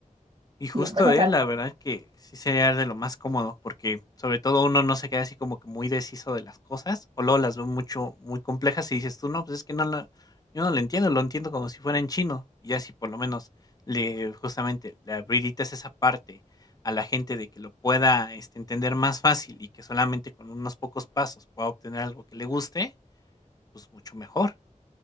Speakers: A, on the left; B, on the right.
A: Y justo,
B: y después está
A: ¿eh? La verdad que sí sería de lo más cómodo, porque sobre todo uno no se queda así como que muy deshizo de las cosas, o luego las ve mucho, muy complejas y dices tú, no, pues es que no lo, yo no lo entiendo, lo entiendo como si fuera en chino. Y ya si por lo menos le, justamente, le habilitas esa parte a la gente de que lo pueda este, entender más fácil y que solamente con unos pocos pasos pueda obtener algo que le guste, pues mucho mejor.